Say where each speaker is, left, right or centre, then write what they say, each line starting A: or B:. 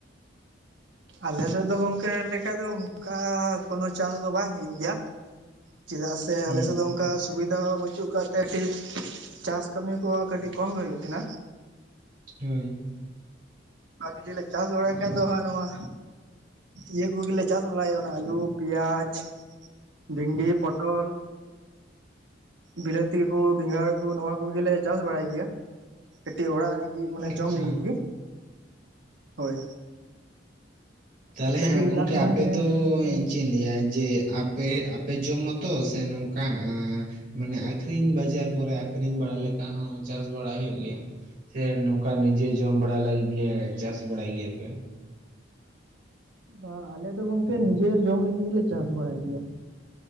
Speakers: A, on the right; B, on the right.
A: ᱟᱞᱮ ᱥᱮᱫ ᱫᱚ ᱜᱚᱝᱠᱮ ᱢᱮᱱ ᱞᱮᱠᱷᱟ ᱫᱚ ᱚᱱᱠᱟ ᱠᱳᱱᱚ ᱪᱟᱥ ᱫᱚ ᱵᱟᱝ ᱦᱩᱭᱩᱜ ᱜᱮᱭᱟ᱾ ᱪᱮᱫᱟᱜ ᱥᱮ
B: ᱦᱩᱸ
A: ᱟᱞᱮ ᱥᱮᱫ ᱫᱚ ᱚᱱᱠᱟ ᱥᱩᱵᱤᱫᱟ ᱦᱚᱸ ᱯᱟᱹᱪᱩᱜ ᱟᱠᱟᱫ ᱛᱮ ᱠᱟᱹᱴᱤᱡ ᱪᱟᱥ ᱠᱟᱹᱢᱤ ᱠᱚᱦᱚᱸ ᱠᱟᱹᱴᱤᱡ ᱠᱚᱢ ᱜᱮ ᱦᱩᱭᱩᱜ ᱛᱟᱦᱮᱱᱟ᱾
B: ᱦᱳᱭ
A: ᱟᱨ ᱡᱩᱫᱤ ᱞᱮ ᱪᱟᱥ ᱵᱟᱲᱟᱭ ᱠᱷᱟᱡ ᱫᱚ ᱦᱟᱸᱜ ᱱᱚᱣᱟ᱾ ᱤᱭᱟᱹ ᱠᱚᱜᱮᱞᱮ ᱪᱟᱥ ᱵᱟᱲᱟᱭᱟ ᱚᱱᱟ ᱟᱹᱞᱩ, ᱯᱮᱭᱟᱡ, ᱵᱷᱤᱱᱰᱤ, ᱯᱚᱴᱚᱞ᱾ ᱵᱤᱞᱟᱹᱛᱤ ᱠᱚ ᱵᱮᱸᱜᱟᱲ ᱠᱚ ᱱᱚᱣᱟ ᱠᱚᱜᱮᱞᱮ ᱪᱟᱥ ᱵᱟᱲᱟᱭ ᱜᱮᱭᱟ ᱠᱟᱹᱴᱤᱡ ᱚᱲᱟᱜ ᱨᱮ ᱤ ᱢᱟᱱᱮ
B: ᱟᱪᱪᱷᱟ
A: ᱡᱚᱢ <inaudible> ᱞᱟᱹᱜᱤᱫ ᱜᱮ ᱦᱳᱭ
B: ᱛᱟᱦᱚᱞᱮ
A: ᱠᱟᱹᱴᱤᱡ
B: ᱦᱮᱸ ᱜᱚᱝᱠᱮ
A: ᱫᱟᱜ ᱵᱟᱝ
B: ᱟᱯᱮ
A: ᱛᱟᱦᱮᱱ
B: ᱫᱚ
A: ᱠᱷᱟᱹᱛᱤᱨ ᱛᱮ
B: ᱪᱮᱫᱤᱧ ᱞᱟᱹᱭᱟ ᱡᱮ ᱟᱯᱮ ᱟᱯᱮ ᱡᱚᱢ ᱢᱟᱛᱚ ᱥᱮ ᱱᱚᱝᱠᱟ ᱢᱟᱱᱮ ᱟᱠᱷᱨᱤᱧ ᱵᱟᱡᱟᱨ ᱠᱚᱨᱮ ᱟᱠᱷᱨᱤᱧ ᱵᱟᱲᱟ ᱞᱮᱠᱟ ᱦᱚᱸ ᱪᱟᱥ ᱵᱟᱲᱟ ᱦᱩᱭᱩᱜ ᱜᱮᱭᱟ᱾ ᱥᱮ ᱱᱚᱝᱠᱟ ᱱᱤᱡᱮ ᱡᱚᱢ ᱵᱟᱲᱟ ᱞᱟᱹᱜᱤᱫ ᱜᱮ ᱪᱟᱥ ᱵᱟᱲᱟᱭ ᱜᱮᱭᱟᱯᱮ?
A: ᱵᱟᱝ ᱟᱞᱮ ᱫᱚ ᱜᱚᱝᱠᱮ ᱱᱤᱡᱮᱨ ᱡᱚᱢ ᱞᱟᱹᱜᱤᱫ ᱜᱮᱞᱮ ᱪᱟᱥ ᱵᱟᱲᱟᱭ ᱜᱮᱭᱟ᱾